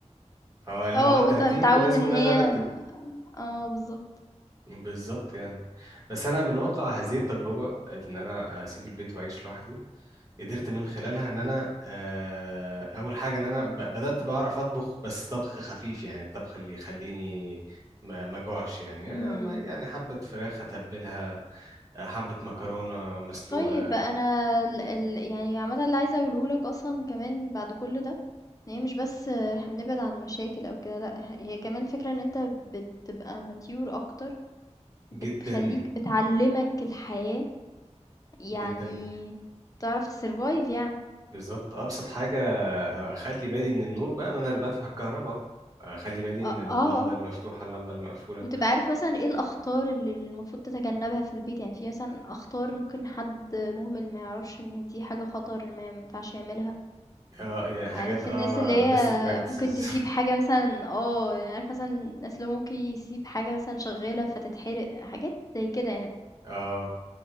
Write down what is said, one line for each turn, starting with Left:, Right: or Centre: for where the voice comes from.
Right: فهو لو
Left: آه،
Right: على الترتيب
Left: وأنت متعوّد
Right: لازم
Left: إن
Right: ان انا
Left: هي
Right: اللي ارتب
Left: آه بالضبط.
Right: بالظبط يعني بس انا من واقع هذه التجربه ان انا اسيب البيت واعيش لوحدي قدرت من خلالها ان انا آه، اول حاجه ان انا ب- بدات بعرف اطبخ بس طبخ خفيف يعني الطبخ اللي يخليني ما ما جوعش يعني
Left: إمم.
Right: يعني حبه فراخ اتبلها آه، حبه مكرونه مسلوقه
Left: طيب أنا ال ال يعني عامةً اللي عايزة أقوله لك أصلًا كمان بعد كل ده، إن هي مش بس إحنا بنبعد عن مشاكل أو كده لأ، ه هي كمان الفكرة إن أنت بتبقى mature أكتر، إمم.
Right: جدا
Left: بتخلّيك بتعلّمك الحياة، جدًا. يعني
Right: جدا
Left: تعرف تsurvive يعني.
Right: بالظبط ابسط حاجه اخلي بالي من النور بقى ما انا اللي بدفع الكهرباء اخلي بالي
Left: آه،
Right: من
Left: إمم.
Right: اللمبه
Left: آه، آه،
Right: اللي مفتوحه اللمبه اللي مقفوله
Left: وتبقى عارف مثلًا إيه الأخطار اللي المفروض تتجنبها في البيت، يعني في مثلًا أخطار ممكن حد مهمل ما يعرفش إن دي حاجة خطر، ما ينفعش يعملها.
Right: اه يعني حاجات
Left: عارف
Right: اه
Left: الناس اللي هي
Right: best practices
Left: ممكن تسيب حاجة مثلا اه يعني عارف مثلا الناس اللي هو ممكن يسيب حاجة مثلا شغالة فتتحرق حاجات زي كده يعني
Right: <laughs> اه